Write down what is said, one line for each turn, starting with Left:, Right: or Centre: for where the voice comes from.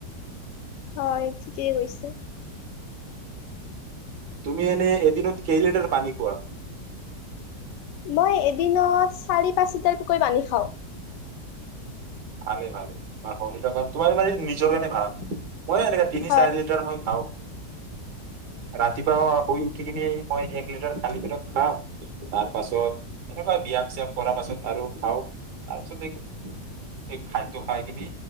Left: অ ঠিকেই কৈছে।
Right: তুমি এনে এদিনত কেই লিটাৰ পানী খোৱা?
Left: মই এদিনত চাৰি পাঁচ লিটাৰকৈ পানী খাও
Right: ভালে ভালেম হান পথৰ কেইটা তোমাৰ মানে নিজৰ গানে ভাল। মই এনেকা তিনি
Left: হয়
Right: চাৰি লিটাৰ মান খাওঁ। ৰাতিপুৱা শুই উঠি কিনি মই এক লিটাৰ খালি পেটত খাম তাৰ পাছত এনেকুৱা ব্যায়াম চিয়াম কৰা পাছত আৰু খাওঁ তাৰ পাছত স খাদ্য খাই কিনি